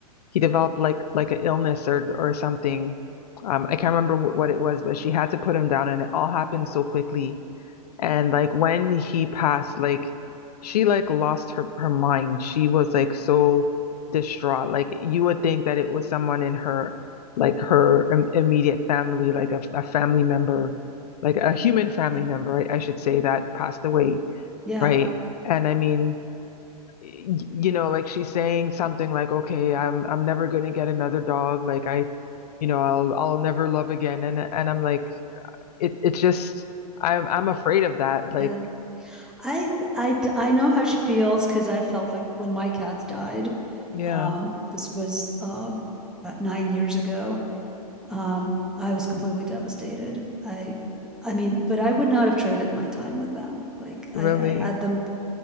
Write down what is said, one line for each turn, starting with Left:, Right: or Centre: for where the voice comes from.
Left: he developed like like an illness or or something um I can't remember wh- what it was but she had to put him down and it all happened so quickly and like when he passed, like she like lost her her mind. She was like so distraught. Like you would think that it was someone in her like her im immediate family, like a, a family member, like a human family
Centre: yeah,
Left: member, I, I should say, that passed away,
Centre: yeah,
Left: right? And I mean, y- you know, like she's saying something like, "Okay, I'm I'm never gonna get another dog. Like I, you know, I'll I'll never love again." And and I'm like, it it's just. I'm I'm afraid of that. Like
Centre: yeah. I I I know how she feels because I felt like when my cats died,
Left: Yeah,
Centre: um, this was um, about nine years ago. Um, I was completely devastated. I I mean, but I would not have traded my time with them. Like
Left: really.
Centre: I, I had them,